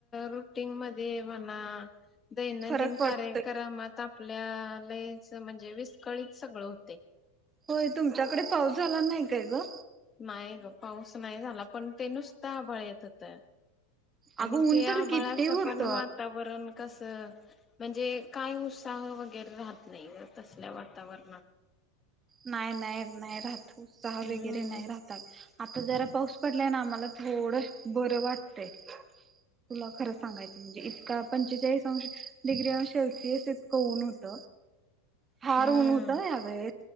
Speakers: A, on the left; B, on the right.
A: रुटीन मध्ये म्हणा दैनंदिन
B: फरक पडत
A: कार्यक्रमात आपल्या लईच म्हणजे विस्कळीत सगळं होतय.
B: होय तुमच्याकडे पाऊस झाला नाही काय ग?
A: नाही ग पाऊस नाही झाला, पण ते नुसता आभळ येत आणि
B: अगं ऊन
A: त्या
B: तर
A: आभाळाचं
B: किती होत
A: पण वातावरण कस म्हणजे काय उत्साह वगैरे राहत नाही तसल्या वातावरणात.
B: नाही नाही नाही राहत. चहा
A: हम्म
B: वगैरे नाही राहतात. आता जरा पाऊस पडलाय ना आम्हाला थोड बरं आता जरा पाऊस पडलाय ना आम्हाला थोडं बरं वाटतंय, तुला खरं सांगायचं म्हणजे इतका पंचेचाळीस अंश डिग्री अंश सेल्सिअस इतकं ऊन होत. फार
A: हम्म
B: ऊन होतं या वळेस.